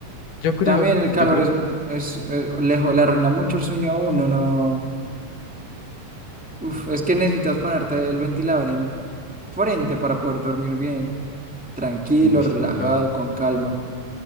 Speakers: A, on the left (about 75°); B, in the centre.
A: yo creo,
B: También el
A: yo
B: calor
A: creo
B: es
A: que...
B: un,
A: sí.
B: es, eh, lejo, le arruina mucho el sueño a uno, no. Uf, es que necesitas ponerte el ventilador en frente para poder dormir bien, tranquilo,
A: Uy,
B: relajado,
A: sí, yo,
B: con calma.